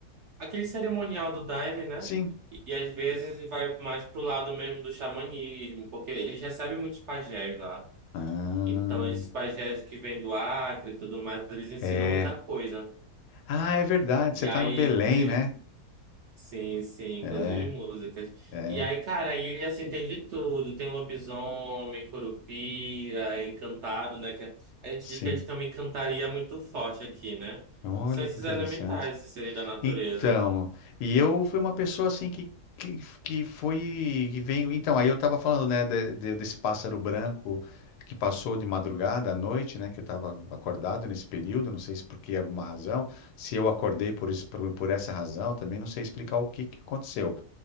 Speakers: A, on the right; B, on the left.
A: aquele cerimonial do Daime, né?
B: Sim.
A: E às vezes vai mais pro lado mesmo do xamanismo, porque eles recebem muitos pajés lá.
B: Ah,
A: Então, esses pajés que vêm do Acre e tudo mais, eles ensinam
B: é.
A: muita coisa.
B: Ah, é verdade.
A: E
B: Você
A: aí,
B: tá no Belém,
A: inclusive.
B: né?
A: Sim, sim, inclusive
B: É,
A: músicas.
B: é.
A: E aí, cara, aí ele assim tem de tudo. Tem lobisomem, curupira, encantado, né? que a gente
B: Sim.
A: diz que a gente tem uma encantaria muito forte aqui, né?
B: Olha
A: São esses
B: que interessante.
A: elementais, esses seres da natureza.
B: Então, e eu fui uma pessoa assim que, que, que foi, que veio. Então, aí eu estava falando, né, de- de- desse pássaro branco que passou de madrugada à noite, né, que eu estava acordado nesse período, não sei se por que alguma razão, se eu acordei por, esse- por, por essa razão, também não sei explicar o que, que aconteceu.